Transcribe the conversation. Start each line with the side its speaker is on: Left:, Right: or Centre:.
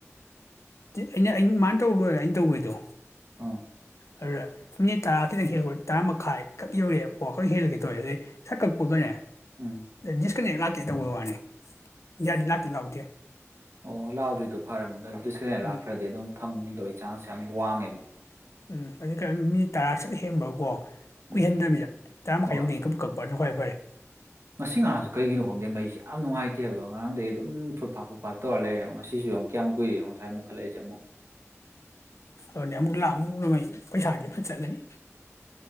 Left: ꯑꯩꯅ ꯑ ꯃꯥꯅ ꯇꯧ ꯂꯣꯏꯔꯦ ꯑꯩꯅ ꯇꯧꯕꯩꯗꯣ
Right: ꯑꯥ
Left: ꯑꯗꯨꯗ ꯃꯤꯅꯤꯠ ꯇꯔꯥ ꯈꯤꯇꯪ ꯍꯦꯜꯂ ꯇꯔꯥ ꯃꯈꯥꯏ ꯈꯛ ꯌꯧꯔꯛꯑꯦ ꯀ ꯋꯥꯈꯛ ꯍꯦꯜꯂꯛꯦ ꯇꯧꯑꯦ ꯑꯗꯩ ꯁꯛ ꯀꯛꯄꯒꯅꯦ
Right: ꯎꯝ
Left: ꯗꯤꯁ ꯀꯅꯦꯛ ꯀꯩꯗꯧꯕꯩ ꯋꯥꯅꯤ ꯌꯥꯗꯤ ꯂꯥꯛꯇꯦ ꯂꯥꯎꯗꯦ
Right: ꯑꯣ ꯂꯥꯛꯑꯣꯗ꯭ꯣꯏꯔꯤꯗꯣ ꯐꯔꯝ ꯗꯤꯁꯀꯦꯟ
Left: ꯎꯝ
Right: ꯂꯥꯛꯈ꯭ꯔꯗꯤ ꯑꯗꯨꯝ ꯐꯪꯅꯤ ꯑꯗꯨꯒꯤ ꯆꯥꯟꯁꯦ ꯌꯥꯝ ꯋꯥꯡꯉꯦꯕ
Left: ꯎꯝ ꯑꯗꯨ ꯃꯤ ꯇꯔꯥ ꯁꯠ ꯍꯦꯟꯕꯀꯣ
Right: ꯎꯝ
Left: ꯀꯨꯏꯍꯟꯗꯃꯤꯗ ꯇꯔꯥ ꯃꯈꯥꯏ
Right: ꯍꯣꯏ
Left: ꯌꯧꯗꯦ ꯀ ꯀꯛꯄ ꯍꯣꯏ
Right: ꯉꯁꯤ ꯉꯍꯁꯨ ꯀꯩꯒꯤꯅꯣ ꯈꯪꯗꯦ ꯃꯩꯁꯦ ꯌꯥꯝ ꯅꯨꯡꯉꯥꯏꯇꯦꯕ ꯉꯔꯥꯡꯗꯒꯤ ꯑꯗꯨꯝ ꯐꯠ ꯐꯥꯠ ꯐꯨꯠꯥꯠ ꯇꯧꯔ ꯂꯩꯔꯦ ꯍꯥꯏꯕ ꯉꯁꯤꯁꯨ ꯑꯃꯨ ꯀꯌꯥꯝ ꯀꯨꯏꯔꯤꯅꯣ ꯉꯥꯏ ꯑꯃꯨꯛꯠꯂꯛꯏꯁꯦ ꯑꯃꯨꯛ
Left: ꯎꯝꯅꯤ ꯑꯃꯨꯛ ꯂꯥꯛ ꯅꯣꯡꯃꯥꯏ ꯄꯩꯁꯥꯗꯤ ꯐ ꯆꯠꯂꯅꯤ